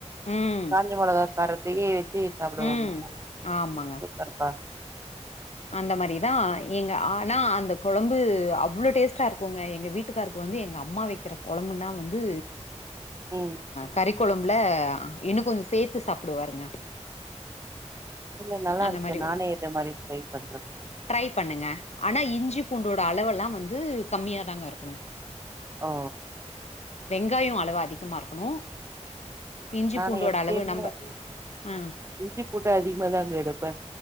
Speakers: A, on the left; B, on the right.
A: ம்
B: காஞ்ச மொளகா காரத்தயே வச்சு சாப்டுவாங்க
A: ம் அப்புறம் ஆமாங்க
B: சூப்பர்ப்பா
A: அந்த மாரிதா ஏங்க ஆனா அந்த கொழம்பு அவ்ளோ டேஸ்ட்டாருக்குங்க எங்க வீட்டுக் காருக்கு வந்து எங்க அம்மா வெக்கிற கொழம்புனா வந்து
B: ம்
A: கறிக்கொழம்புல இன்னு கொஞ்சோ சேத்து சாப்டுவாருங்க
B: இல்ல நல்லாருக்கு
A: அந்த மாரி
B: நானே இத மாரி ட்ரை பண்றே
A: ட்ரை பண்ணுங்க ஆனா இஞ்சி பூண்டோட அளவல்லா வந்து கம்மியா தாங்க இருக்னு
B: ஓ
A: வெங்காயோ அளவு அதிகமா இருக்கனு இஞ்சி
B: நானு
A: பூண்டோட
B: எப்பயுமே
A: அளவு நம்ப ஆ
B: இஞ்சி பூண்டு அதிகமா தாங்க எடுப்பே